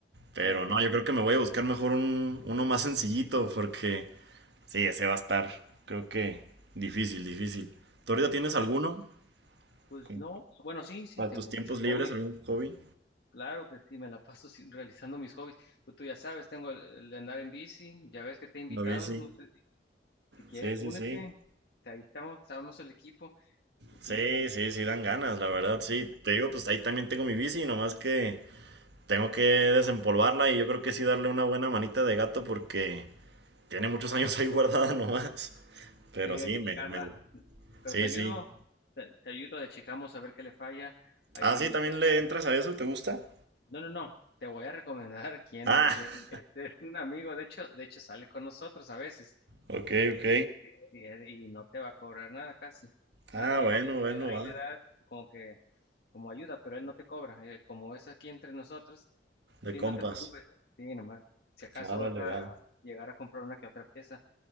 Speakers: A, on the right (about 70°); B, on the left (about 60°).
A: Pero
B: cierto.
A: no, yo creo que me voy a buscar mejor un, uno más sencillito porque sí, ese va a estar, creo que difícil, difícil. ¿Tú ahorita tienes
B: ¿Por qué?
A: alguno?
B: Pues
A: Con-
B: no, bueno, sí, sí,
A: ¿Para
B: tengo
A: tus tiempos
B: muchos
A: libres,
B: hobbies.
A: algún hobby?
B: Claro que sí, me la <laughs> paso sin- realizando mis hobbies. Pues tú ya sabes, tengo el, el de andar en bici, ya ves que te he invitado,
A: No, sí.
B: no sé si, si quieres,
A: Sí, sí,
B: únete.
A: sí.
B: Te- Ahí estamos, estamos el equipo y tú,
A: Sí,
B: tú,
A: sí, sí, dan ganas, la verdad, sí. Te digo, pues ahí también tengo mi bici, nomás que tengo que desempolvarla y yo creo que sí darle una buena manita de gato porque tiene muchos <laughs> años ahí guardada nomás. Pero
B: sí,
A: sí,
B: hay que
A: me,
B: checarla,
A: me...
B: pero
A: Sí,
B: te ayudo,
A: sí.
B: te, te ayudo, le checamos a ver qué le falla. Ahí
A: Ah, sí, también
B: yo te
A: le entras a eso, ¿te gusta?
B: No, no, no. Te voy a recomendar quién,
A: Ah,
B: quién, este es un amigo, de hecho, de hecho sale con nosotros a veces.
A: ok,
B: Eh,
A: ok.
B: sí, sí, eh, y no te va a cobrar nada casi.
A: Ah,
B: Va- O
A: bueno,
B: si
A: bueno,
B: le da
A: va.
B: y le da como que, como ayuda, pero él no te cobra. eh, como es aquí entre nosotros,
A: De
B: sí, no
A: compas.
B: te preocupes. Sí, nomás. Si acaso
A: Árale,
B: vas a
A: va.
B: llegar a comprar una que otra pieza.